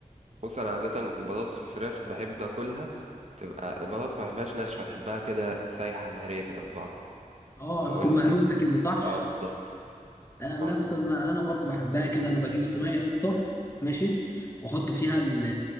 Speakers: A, on the right; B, on the left.
A: بص أنا عادة البطاطس الفراخ بحب أكلها تبقى البطاطس ما بحبهاش ناشفة بحبها كده سايحة مهرية كده في بعض
B: اه
A: فقول
B: تكون
A: لي
B: مهروسة
A: كده
B: كده صح
A: اه بالظبط
B: انا
A: طعم-
B: نفس ما انا برضو بحبها كده انا بجيب صينيه يا اسطى ماشي واحط فيها ال